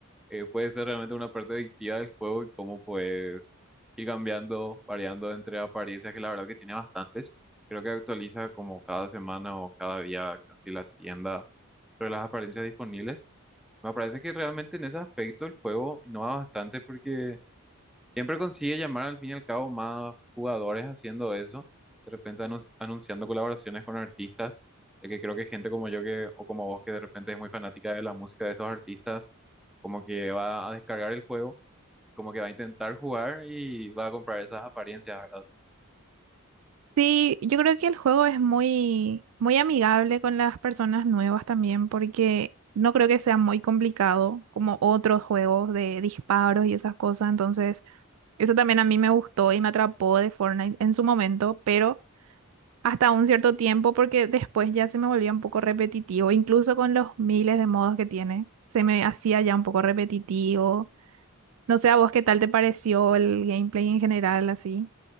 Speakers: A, in the centre; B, on the right.
A: eh, puede ser realmente una parte adictiva del juego y cómo puedes ir cambiando, variando entre apariencias, que la verdad que tiene bastantes. Creo que actualiza como cada semana o cada día casi la tienda sobre las apariencias disponibles. Me parece que realmente en ese aspecto el juego innova bastante porque Siempre consigue llamar al fin y al cabo más jugadores haciendo eso, de repente anun- anunciando colaboraciones con artistas, ya que creo que gente como yo que, o como vos que de repente es muy fanática de la música de estos artistas, como que va a descargar el juego, como que va a intentar jugar y va a comprar esas apariencias, ¿verdad?
B: Sí, yo creo que el juego es muy, muy amigable con las personas nuevas también, porque no creo que sea muy complicado como otros juegos de disparos y esas cosas. Entonces, eso también a mí me gustó y me atrapó de Fortnite en su momento, pero hasta un cierto tiempo, porque después ya se me volvía un poco repetitivo, incluso con los miles de modos que tiene, se me hacía ya un poco repetitivo. No sé a vos qué tal te pareció el gameplay en general, así.